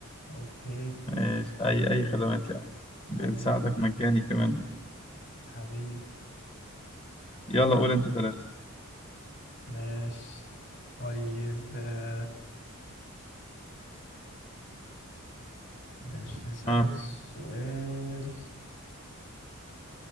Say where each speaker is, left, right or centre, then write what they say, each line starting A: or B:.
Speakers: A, on the left; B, on the left.
A: اوكي
B: ماشي أي أي خدمات يا عم بنساعدك
A: حبيبي
B: مجاني كمان
A: حبيبي
B: يلا قول أنت ثلاثة
A: ماشي طيب آه، ماشي هسألك
B: آه
A: سؤال